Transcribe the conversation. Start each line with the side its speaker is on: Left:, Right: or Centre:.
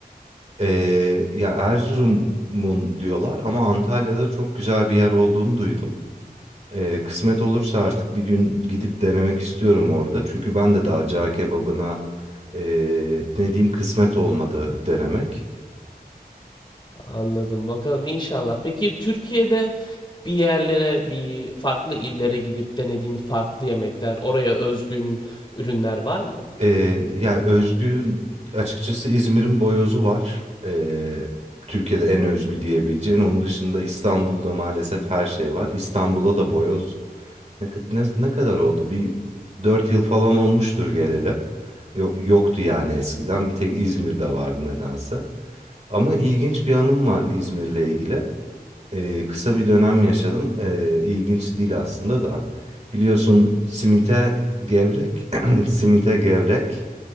Right: E, ya Erzurum'un diyorlar ama Antalya'da çok güzel bir yer olduğunu duydum. E, kısmet olursa artık bir gün gidip denemek istiyorum orada. Çünkü ben de daha cağ kebabına e, ne diyeyim kısmet olmadı denemek.
Left: Anladım. Bakalım inşallah. Peki Türkiye'de bir yerlere, bir farklı illere gidip denediğin farklı yemekler, oraya özgün ürünler var mı?
Right: Ee, yani özgün açıkçası İzmir'in boyozu var. Ee, Türkiye'de en özgü diyebileceğin. Onun dışında İstanbul'da maalesef her şey var. İstanbul'a da boyoz ne, ne, ne kadar oldu? Bir 4 yıl falan olmuştur geleli. Yo- yoktu yani eskiden. Bir tek İzmir'de vardı nedense. Ama ilginç bir anım var İzmir'le ilgili. Ee, kısa bir dönem yaşadım. Ee, ilginç değil aslında da. Biliyorsun simite gevrek, <clears throat> simite gevrek.